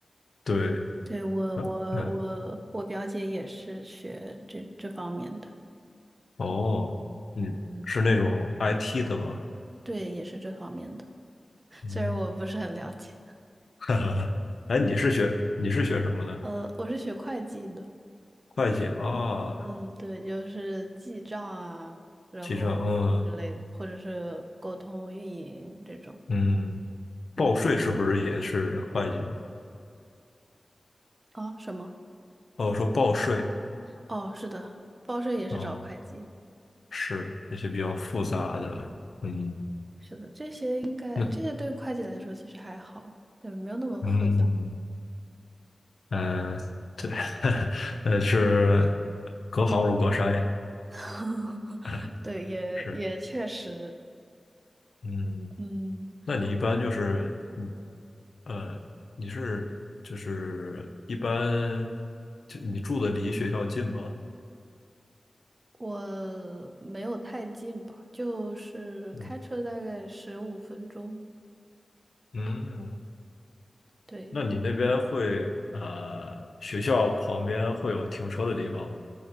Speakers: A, on the left (about 75°); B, on the right (about 30°).
A: 对，
B: 对，我，
A: 嗯。
B: 我，
A: 嗯
B: 我，我表姐也是学这这方面的。
A: 哦，嗯，
B: 嗯，
A: 是那种 IT 的吗？
B: 对，也是这方面的，
A: 嗯，
B: 虽然我不是很了解。
A: <laughs> 哈哈哈。哎，你是学你是学什么的？
B: 呃，我是学会计的。
A: 会计啊，
B: 嗯，对，就是记账啊，然后之类的，
A: 记账，嗯
B: 或者是沟通运营这种。
A: 嗯，
B: 嗯，
A: 报税是不是也是会计？
B: 啊，什么？
A: 哦，说报税，
B: 哦，是的，报社也是找会计。
A: 哦，是那些比较复杂的，嗯，
B: 是的，这些应该这些对会计来说其实还好，
A: 那
B: 对，没有那么复杂。
A: 嗯呃，对，<laughs> 呃是隔行如隔山呀，
B: <laughs>
A: <laughs>
B: 对，也也确实，
A: 是，嗯，
B: 嗯，
A: 那你一般就是
B: 我
A: 呃，你是就是一般就你住的离学校近吗？
B: 我没有太近吧，就是开车大概十五分钟。
A: 嗯嗯，
B: 对，
A: 那你那边会啊学校旁边会有停车的地方吗？